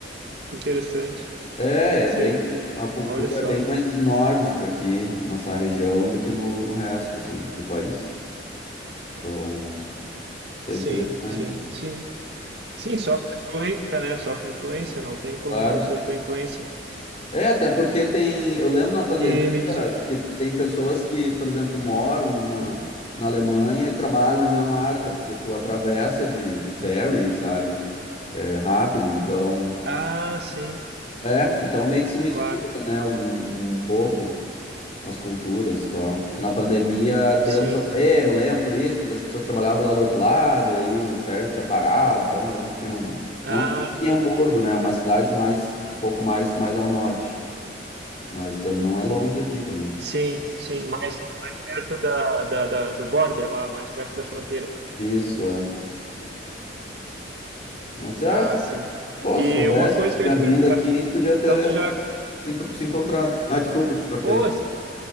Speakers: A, on the right; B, on the left.
A: que interessante.
B: É, é
A: Sim,
B: bem. A cultura
A: olha só.
B: é bem mais nórdica aqui nessa região do que no, no resto, assim, do país. Então, isso
A: Sim,
B: é interessante,
A: sim,
B: assim.
A: sim. Sim, sofre influência, né? Sofre influência, não tem como
B: Claro.
A: não sofrer influência.
B: É, até porque tem. Eu lembro na pandemia
A: E me diz um.
B: que tem pessoas que, por exemplo, moram na,
A: Uhum.
B: na Alemanha e trabalham na Dinamarca, porque tu atravessa de, de ferry, sabe? É, rápido. Então,
A: Ah, sim,
B: é, então meio que se mistura,
A: claro.
B: né? Algum, um pouco as culturas e tal. Que na pandemia deu
A: Sim.
B: um problema, eu lembro por isso, porque das pessoas trabalhavam lá do outro lado, aí o ferry tinha parado. Então eu lembro que tinha um.
A: Ah,
B: Não é que tinha Hamburgo, né? é Umas
A: ah,
B: cidades
A: entendi.
B: mais, um pouco mais, mais ao norte. Mas tam- não é longe daqui também.
A: Sim, sim, mais perto da, da, da- do border lá, mais perto da fronteira.
B: Isso, é. Mas, ah,
A: Ah,
B: se,
A: sim.
B: pô,
A: E
B: se soubesse,
A: uma coisa que
B: tinha
A: eu ia te perguntar,
B: vindo aqui, a gente podia ter
A: então tu já,
B: se, en- se encontrado. Ah, desculpa, te cortei.
A: pô,